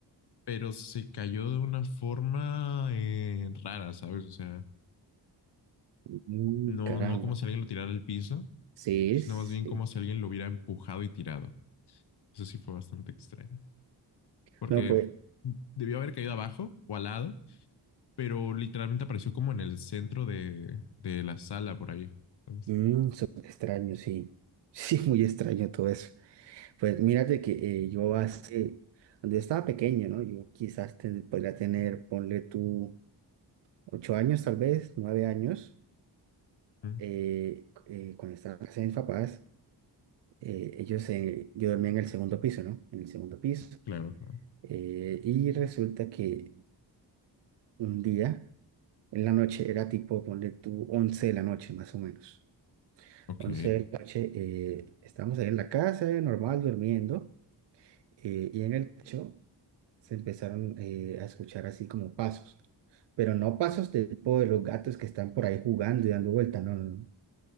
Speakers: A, on the left; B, on the right.
A: pero se cayó de una forma eh, rara, ¿sabes? O sea,
B: Mm,
A: no,
B: caramba,
A: no como si alguien lo tirara al piso,
B: sí,
A: sino
B: sí.
A: más bien como si alguien lo hubiera empujado y tirado. Eso sí fue bastante extraño, porque
B: No, pues,
A: debió haber caído abajo o al lado, pero literalmente apareció como en el centro de, de la sala por ahí. Entonces,
B: mm, so- extraño, sí, <laughs> sí, muy extraño todo eso. Pues mírate que eh, yo hace, cuando yo estaba pequeño, ¿no? Yo quizás ten- podría tener, ponle tú, ocho años tal vez, nueve años,
A: mm,
B: eh, c- eh, cuando estaba en casa de mis papás, eh, ellos, eh, yo dormía en el segundo piso, ¿no? En el segundo piso.
A: claro, claro.
B: eh, y resulta que un día, en la noche, era tipo, ponle tú, once de la noche más o menos.
A: Ok,
B: Once de la noche, eh, estábamos ahí en la casa, normal, durmiendo. eh, y en el techo se empezaron eh, a escuchar así como pasos, pero no pasos de tipo de los gatos que están por ahí jugando y dando vuelta, no, no,